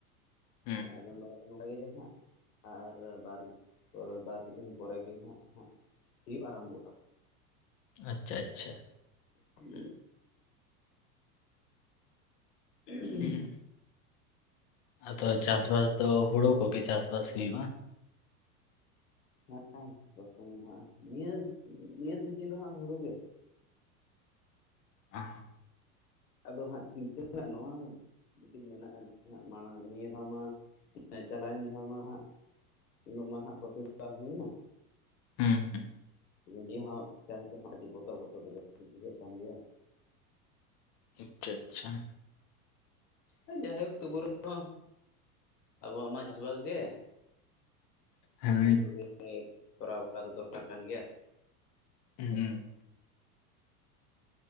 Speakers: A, on the left; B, on the left.
A: ᱦᱩᱸ
B: ᱟᱸᱡᱚᱢ ᱵᱟᱲᱟ ᱱᱚᱰᱮᱜᱮ ᱦᱟᱸᱜ ᱟᱨ ᱵᱟᱨ ᱯᱚᱨ ᱵᱟᱨᱮ ᱫᱤᱱ ᱯᱚᱨᱮᱜ ᱜᱮ ᱦᱟᱸᱜ ᱦᱟᱸᱜ ᱦᱩᱭᱩᱜᱤᱭ ᱟᱨᱟᱢᱵᱷᱚᱜᱼᱟ
A: ᱟᱪᱪᱷᱟ ᱟᱪᱪᱷᱟ
B: ᱦᱮᱸ ᱦᱮᱸ
A: ᱦᱩᱸ ᱟᱫᱚ ᱪᱟᱥᱵᱟᱥ ᱫᱚ ᱦᱩᱲᱩ ᱠᱚᱜᱮ ᱪᱟᱥᱵᱟᱥ ᱦᱩᱭᱩᱜᱼᱟ
B: ᱦᱮᱸ ᱵᱚᱨᱛᱚᱢᱟᱱ ᱦ ᱱᱤᱭᱟᱹ ᱱᱤᱭᱟᱹ ᱥᱤᱡᱤᱱ ᱫᱚ ᱦᱟᱸᱜ ᱦᱩᱲᱩ ᱜᱮ
A: ᱟ
B: ᱟᱫᱚ ᱦᱟᱸᱜ ᱪᱤᱱᱛᱟᱹ ᱨᱮᱱᱟᱜ ᱱᱚᱣᱟ ᱢᱤᱫᱴᱤᱡ ᱢᱮᱱᱟᱜᱼᱟ ᱡᱮ ᱦᱟᱸᱜ ᱢᱟᱲᱟᱝ ᱱᱤᱭᱟᱹ ᱫᱷᱟᱣ ᱢᱟ ᱪᱟᱞᱟᱣᱮᱱ ᱫᱷᱟ ᱢᱟ ᱦᱟᱸᱜ ᱩᱱᱟᱹᱜ ᱢ ᱦᱟᱜ ᱯᱨᱚᱛᱤ ᱦᱩᱭᱱᱟ
A: ᱦᱩᱸ ᱦᱩᱸ
B: ᱱᱤᱭᱟᱹ ᱦᱚᱸ ᱪᱟᱥ ᱫᱚᱦᱜ ᱟᱹᱰᱤ ᱵᱚᱛᱚᱨ ᱵᱚᱛᱚᱨ ᱫᱚ ᱵᱩᱡᱷᱟᱹᱜ ᱠᱟᱱ ᱜᱮᱭᱟ
A: ᱟᱪᱪᱷᱟ ᱟᱪᱪᱷᱟ
B: ᱦ ᱡᱟᱦᱮ ᱚᱠᱴᱚᱵᱚᱨ ᱨᱮᱦ ᱦᱚᱸ ᱟᱵᱚᱣᱟᱜ ᱢᱟ ᱪᱟᱥᱵᱟᱥ ᱜᱮ
A: ᱦᱮᱸ
B: ᱤᱱᱟ ᱠᱚ ᱠᱚᱨᱟᱣ ᱫᱚᱠ ᱟᱨ ᱠᱟᱱ ᱜᱮᱭᱟ ᱦ
A: ᱦᱮᱸ